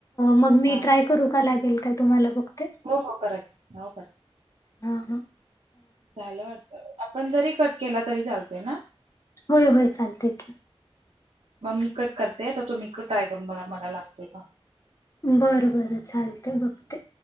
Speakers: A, on the left; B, on the right.
A: मग मी
B: हा
A: ट्राय करू का लागेल काय तुम्हाला बघते
B: हो हो करा की हो करा
A: हा हा
B: झालं वाटतं आपण जरी कट केला तरी चालतोय ना.
A: होय होय चालतय की.
B: मग मी कट करते तर तुमी ट्राय करून बघा मला लागतोय का?
A: बरं बरं, चालतय,, बघते.